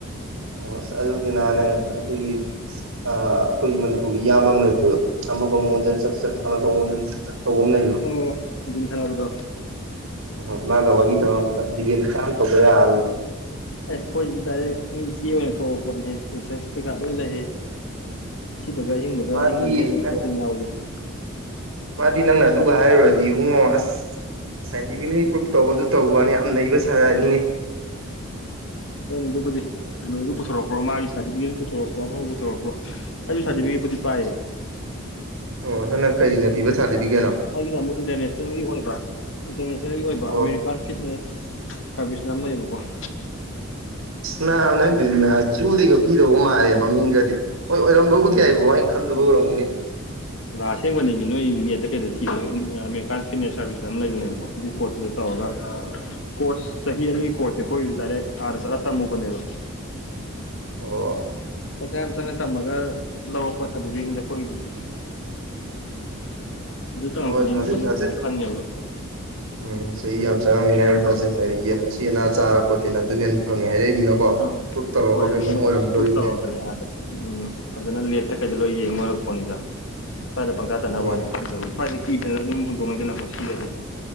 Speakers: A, on the right; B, on the left.
A: ꯑꯣ ꯑꯁ ꯑꯗꯨꯗꯤ ꯅ ꯅꯪ ꯑꯩꯈꯣꯏꯒꯤ ꯑꯩꯈꯣꯏꯒꯤ ꯃꯅꯤꯄꯨꯔꯒꯤ ꯏꯌꯥꯝꯕ ꯑꯃ ꯂꯩꯕꯗꯣ ꯑꯃꯒ ꯑꯃꯨꯛ ꯑꯣꯟꯖꯟ ꯆꯛ ꯆꯛ ꯑꯃꯒ ꯑꯃꯨꯛ ꯑꯣꯟꯖꯟ ꯆꯛ ꯇꯧꯕ ꯑꯃ ꯂꯩꯕꯗꯣ
B: ꯑꯣ ꯖꯤꯝ ꯁꯥꯟꯅꯕꯗꯣ
A: ꯍꯣꯏ ꯃꯥꯒ ꯋꯥꯔꯤ ꯊꯧꯔ ꯑꯃꯨꯛꯀ ꯗꯤꯕꯦꯠ ꯃꯆꯥ ꯑꯃ ꯇꯧꯗ ꯌꯥꯔꯔꯣꯏꯅꯦ ꯫
B: ꯑꯦ ꯍꯣꯏꯁꯤꯗꯤ ꯗꯥꯏꯔꯦꯛ ꯃꯤ ꯆꯦ ꯑꯣꯏꯅ ꯊꯣꯛꯂꯑꯒ ꯄꯣꯠꯅꯤꯍꯦ ꯔꯤꯁꯔꯁ ꯀꯩꯀꯥ ꯂꯣꯏ ꯂꯩꯌꯦ ꯫ ꯑꯁꯤꯕꯒ ꯑꯍꯤꯡꯕꯒ
A: ꯃꯥꯗꯤ
B: ꯑꯍꯤꯡꯕꯅ ꯍꯦꯟꯅ
A: ꯅꯪ
B: ꯄꯔꯣꯇꯤꯟ ꯌꯥꯎꯋꯦꯁꯦ ꯫
A: ꯃꯥꯗꯤ ꯅꯪꯅ ꯑꯗꯨꯒ ꯍꯥꯏꯔꯨꯔꯗꯤ ꯏꯕꯨꯡꯉꯣ ꯑꯁ ꯁꯥꯏꯟꯇꯤꯐꯤꯀꯦꯜꯂꯤ ꯄ꯭ꯔꯨꯞ ꯇꯧꯕꯗꯨ ꯇꯧꯕ ꯋꯥꯅ ꯌꯥꯝ ꯅꯩꯕ ꯁꯥ ꯍꯥꯏꯅꯤꯡꯉꯤ ꯫
B: ꯍꯣꯏꯅꯦ ꯑꯗꯨꯕꯨꯗꯤ ꯀꯩꯅꯣꯗꯨ ꯄꯨꯊꯣꯔꯛꯄ꯭ꯔꯣ ꯃꯥꯒꯤ ꯁꯥꯔꯇꯤꯐꯤꯀꯦꯠꯁꯨ ꯄꯨꯊꯣꯔꯛꯄ꯭ꯔꯣ ꯑꯃ ꯄꯨꯊꯣꯔꯛꯄ꯭ꯔꯣ ꯫ ꯑꯩꯁꯨ ꯁꯥꯔꯇꯤꯐꯤꯀꯠꯄꯨꯗꯤ ꯄꯥꯏꯌꯦ
A: ꯑꯣ ꯅꯪꯅ ꯀꯔꯤꯅ ꯄꯤꯕ ꯁꯥꯇꯤꯐꯤꯀꯦꯠꯅꯣ ꯫
B: ꯑꯩꯒꯤꯅ ꯑꯃꯨꯛ ꯏꯟꯇꯔꯅꯦꯁꯅꯦꯜꯒꯤ ꯑꯣꯏꯕ ꯏꯟꯇꯔꯅꯦꯁꯅꯦꯜꯒꯤ ꯑꯣꯏꯕ
A: ꯑꯣ
B: ꯑꯃꯦꯔꯤꯀꯥꯟ ꯐꯤꯠꯅꯦꯁ ꯫ ꯐꯕꯤꯁꯅ ꯑꯃ ꯂꯩꯀꯣ ꯫
A: ꯅ ꯅꯪꯗꯨꯗꯤ ꯅꯕ ꯆꯨꯂꯤꯒ ꯄꯤꯗꯧꯕ ꯃꯥꯜꯂꯦ ꯃꯃꯤꯡꯒꯗꯤ ꯫ ꯍꯣꯏ ꯑꯣꯏꯔꯝꯕꯕꯨꯗꯤ ꯌꯥꯏꯀꯣ ꯑꯩꯅ ꯈꯪꯗꯕꯕꯨ ꯑꯣꯏꯔꯝꯒꯅꯤ
B: ꯍꯩꯃ ꯑꯁꯦꯡꯕꯅꯤꯃꯤ ꯅꯣꯏ ꯅꯦꯠꯇ ꯀꯩꯗ ꯊꯤꯌꯣ ꯑꯃꯦꯔꯤꯀꯥꯟ ꯐꯤꯠꯅꯦꯁ ꯁꯥꯔꯚꯤꯁꯁꯅ ꯑꯃ ꯂꯩꯕꯅꯦꯕꯀꯣ ꯑꯗꯨꯒꯤ ꯄꯣꯠꯇꯨꯗ ꯇꯧꯔꯒ ꯀꯣꯔꯁ ꯆꯍꯤ ꯑꯅꯤꯒꯤ ꯀꯣꯔꯁꯁꯦ ꯑꯩꯈꯣꯏ ꯗꯥꯏꯔꯦꯛ ꯑꯥꯗ ꯆꯠꯂ ꯇꯝꯃꯨꯕꯅꯦꯕ ꯫
A: ꯑꯣ
B: ꯄꯩꯁꯥ ꯌꯥꯝ ꯆꯪꯉꯒ ꯇꯝꯃꯒ ꯂꯧꯔꯛꯄ ꯁꯥꯔꯇꯤꯐꯤꯀꯦꯠꯗ ꯑꯩꯈꯣꯏꯒꯤꯗꯨꯗꯤ ꯫ ꯑꯗꯨ ꯇꯪꯉꯛꯄꯅꯤꯅ
A: ꯍꯣꯏ ꯊꯥꯖꯩ
B: ꯑꯩꯈꯣꯏꯁꯨ
A: ꯊꯥꯖꯩ
B: ꯐꯖꯅ ꯈꯪꯉꯦꯕ
A: ꯎꯝ ꯆꯍꯤ ꯌꯥꯝ ꯆꯥꯔꯝꯅꯦ ꯍꯥꯏꯕ ꯐꯥꯖꯩ ꯍꯥꯏꯗꯤ ꯌꯦꯟ ꯑꯁꯤ ꯑꯅꯥ ꯆꯥꯔ ꯄꯔꯣꯇꯤꯟ ꯑꯗꯨꯅ ꯍꯟꯅ ꯐꯪꯉꯦ ꯍꯥꯏꯔꯛꯏꯃꯤꯅ ꯫ ꯀꯣ
B: ꯑꯥ
A: ꯄ꯭ꯔꯨꯚ ꯇꯧꯔꯒ
B: ꯍꯣꯏ
A: ꯀꯩꯅꯣꯝ
B: ꯑꯗꯨ ꯃꯣꯏ
A: ꯑꯣꯏꯔꯝꯗꯣꯔꯤꯕꯅꯦꯕ
B: ꯄ꯭ꯔꯨꯞ ꯇꯧꯔꯕꯅꯦ
A: ꯫
B: ꯑꯥꯗ ꯎꯝ ꯐꯖꯅ ꯂꯦꯞꯇ ꯀꯩꯗ ꯂꯣꯏ ꯌꯦꯡꯂꯣꯏꯕ ꯄꯣꯠꯅꯤꯗ ꯁ꯭ꯋꯥꯏꯗ ꯄꯪꯆꯥꯥ ꯆꯥꯅꯕ
A: ꯎꯝ
B: ꯋꯥꯅꯤ ꯈꯪꯗꯕꯩ ꯁ꯭ꯋꯥꯏꯗ ꯀꯤꯗꯅ ꯑꯗꯨꯝ ꯍꯨꯟꯗꯣꯛꯅꯩꯗꯅꯀꯣ ꯁꯤꯔꯗꯤ